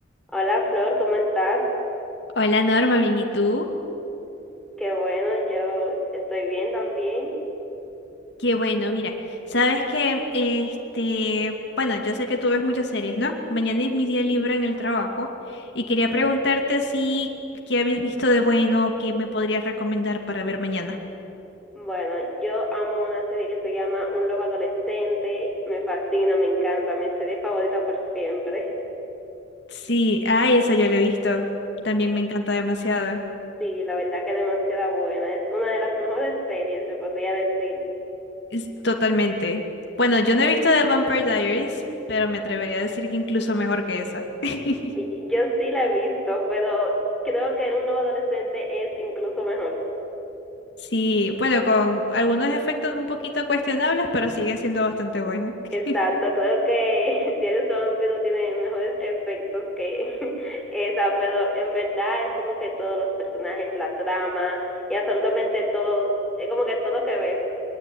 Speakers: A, in the centre; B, on the left (about 60°).
A: Hola Flor, ¿cómo estás?
B: Hola Norma, bien, ¿y tú?
A: Qué bueno, yo estoy bien también.
B: Qué bueno, mira, sabes que, este, bueno, yo sé que tú ves muchas series, ¿no? Mañana es mi día libre en el trabajo y quería preguntarte si, qué habías visto de bueno o qué me podrías recomendar para ver mañana.
A: Bueno, yo amo una serie que se llama Un lobo adolescente, me fascina, me encanta, mi serie favorita por siempre.
B: Sí, ay, esa yo la he visto, también me encanta demasiado,
A: Sí, la verdad que es demasiado buena, es una de las mejores series, se podría decir.
B: es totalmente. Bueno, yo no he visto The Vampire Diaries, pero me atrevería a decir que incluso mejor que esa. <laughs>
A: Y- Yo sí la he visto, pero creo que Un lobo adolescente es incluso mejor.
B: Sí, bueno, con algunos efectos un poquito cuestionables, pero sigue siendo bastante buena.
A: Exacto,
B: <laughs>
A: creo que <laughs> Diario Zombie no tiene mejores efectos que <laughs> esa, pero en verdad es como que todos los personajes, la trama y absolutamente todo, es como que todo que ver.